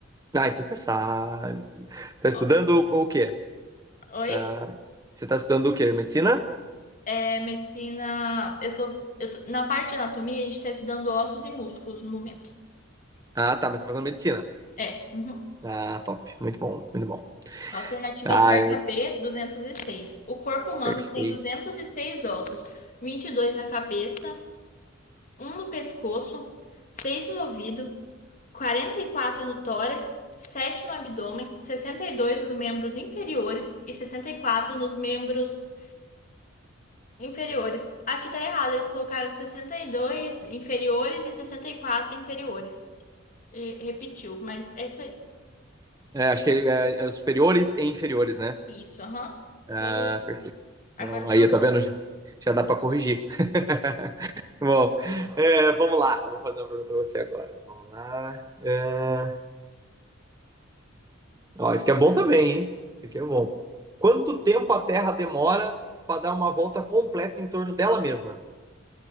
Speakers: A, on the right; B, on the left.
A: Ah, então você sabe. Você está
B: Ó,
A: estudando o o quê?
B: Oi?
A: Pra... Você tá estudando o quê? Medicina?
B: É, medicina. Eu tô, eu tô- Na parte de anatomia, a gente está estudando ossos e músculos no momento.
A: Ah, tá, mas você tá fazendo medicina.
B: É. uhum.
A: Ah, top. Muito bom, muito bom.
B: Alternativa
A: Ah,
B: certa
A: é
B: B, Duzentos e seis. O corpo humano
A: perfeito.
B: tem 206 ossos, Vinte e dois na cabeça, Um no pescoço, Seis no ouvido, Quarenta e quatro no tórax, Sete no abdômen, Sessenta e dois nos membros inferiores e 64 nos membros Inferiores. Aqui tá errado, eles colocaram 62 inferiores e 64 inferiores. E repetiu, mas é isso aí.
A: É, acho que é, é os superiores e inferiores, né?
B: Isso, aham. Só
A: Ah,
B: Isso
A: perfeito.
B: Agora
A: Bom,
B: sua
A: aí, tá
B: vez.
A: vendo? Já dá pra corrigir. <laughs> Bom, é, vamos lá. Eu vou fazer uma pergunta pra você agora. Vamos lá. É... Ó, isso aqui é bom também, hein? Isso aqui é bom. Quanto tempo a Terra demora para dar uma volta completa em torno dela mesma?